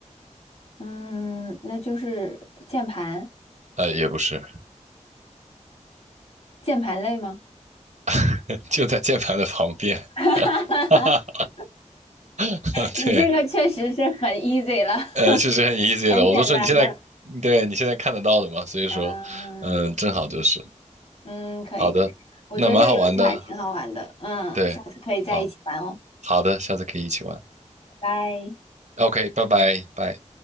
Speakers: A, on the left; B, on the right.
A: 嗯，那就是键盘，
B: 呃，也不是，
A: 键盘类吗？
B: <laughs> 就在键盘的旁边。
A: <laughs>
B: <laughs> 哈哈哈，<laughs>
A: 你这个确实是很
B: 对，
A: easy 了，<laughs>
B: 呃，确实很 easy
A: 很简单的。
B: 了，我都说你现在，对，你现在看得到的嘛，所以说，
A: 嗯
B: 嗯、正好就是。
A: 嗯，可以可以，
B: 好的，
A: 我觉得这个游戏还挺好玩的。
B: 那蛮好玩的。
A: 嗯，
B: 对，
A: 下次可以在一起玩哦，
B: 好，好的，下次可以一起玩。
A: 拜拜。
B: OK，拜拜，拜。